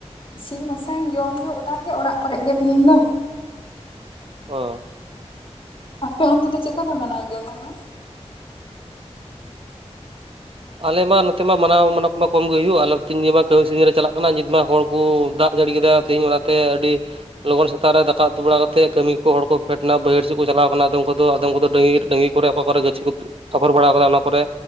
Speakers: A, on the left (about 45°); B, on the right (about 55°).
A: ᱤᱥᱤᱱ ᱵᱟᱥᱟᱝ ᱡᱚᱢ ᱧᱩ ᱚᱱᱟᱜᱮ ᱚᱲᱟᱜ ᱠᱚᱨᱮᱜ ᱜᱮ ᱛᱮᱦᱮᱤᱧ ᱫᱚ
B: ᱚᱸ
A: ᱟᱯᱮ ᱚᱱᱛᱮ ᱫᱚ ᱪᱮᱫᱠᱟ ᱯᱮ ᱢᱟᱱᱟᱣ ᱜᱮᱭᱟ ᱛᱟᱦᱚᱞᱮ?
B: ᱟᱞᱮ ᱢᱟ ᱱᱚᱛᱮ ᱢᱟ ᱜᱚᱢᱦᱟ ᱢᱟᱱᱟᱣ ᱠᱚᱢᱟ ᱠᱚᱢ ᱦᱩᱭᱩᱜᱼᱟ ᱟᱞᱮ ᱱᱤᱭᱟᱹ ᱢᱟ ᱠᱟᱹᱢᱤ ᱥᱟᱹᱨᱫᱤ ᱨᱮ ᱪᱟᱞᱟᱜ ᱠᱟᱱᱟ ᱱᱤᱛ ᱢᱟ ᱦᱚᱲ ᱠᱚ ᱫᱟᱜ ᱡᱟᱹᱲᱤ ᱠᱮᱫᱟ ᱾ ᱛᱮᱦᱤᱧ ᱚᱱᱟᱛᱮ ᱟᱹᱰᱤ ᱞᱚᱜᱚᱱ ᱥᱮᱛᱟᱜ ᱨᱮ ᱫᱟᱠᱟ ᱩᱛᱩ ᱵᱟᱲᱟ ᱠᱟᱛᱮᱮᱫ ᱠᱟᱹᱢᱤ ᱠᱚ ᱦᱚᱲ ᱠᱚ ᱯᱷᱮᱰ ᱮᱱᱟ ᱵᱟᱹᱭᱦᱟᱹᱲ ᱥᱮᱫ ᱠᱚ ᱪᱟᱞᱟᱣ ᱠᱟᱱᱟ ᱟᱫᱚᱢ ᱠᱚᱫᱚ ᱟᱫᱚᱢ ᱠᱚᱫᱚ ᱰ ᱰᱟᱹᱦᱤ ᱠᱚᱨᱮ ᱚᱠᱟ ᱠᱚᱨᱮ ᱜᱟᱹᱪᱷᱤ ᱠᱚ ᱟᱯᱷᱚᱨ ᱵᱟᱲᱟ ᱟᱠᱟᱫᱟ ᱚᱱᱟ ᱠᱚᱨᱮ